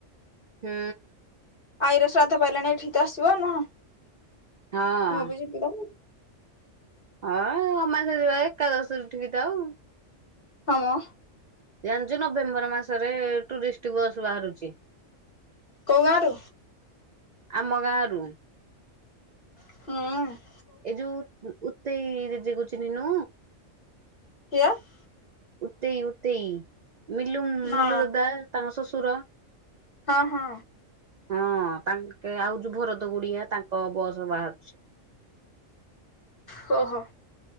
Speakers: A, on the right (about 60°); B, on the left (about 45°).
A: ହଁ।
B: ଆଈର ଶ୍ରାଦ୍ଧ ପାଇଲାଣି ଏଠିକି ତ ଆସିବ ନା।
A: ହଁ
B: ମୁଁ ବି ଯିବି ତ।
A: ହଁ ଅମାସ ଥିବା ଏକାଦଶରୁ ଉଠିକିଥା ଆଉ।
B: ହମ।
A: ଜାଣିଛୁ ନଭେମ୍ବର ମାସରେ ଟୁରିଷ୍ଟ ବସ୍ ବାହାରୁଛି।
B: କଉ ଗାଁରୁ?
A: ଆମ ଗାଁରୁ।
B: ହଁ।
A: ଏଇ ଯୋଉ ଉତେଇ <inaudible> କୁ ଚିହ୍ନିନୁ?
B: <unintelligible>
A: ଉତେଇ ଉତେଇ ମିଲୁ ମିଲୁ
B: ନା
A: ଦଦା ତାଙ୍କ ଶ୍ୱଶୁର?
B: ହଁ ହଁ।
A: ହଁ ତାଙ୍କେ ଆଉ ଯୋଉ ଭରତ ଗୁଡିଆ ତାଙ୍କ ବସ ବାହାରୁଛ।
B: ହହୋ।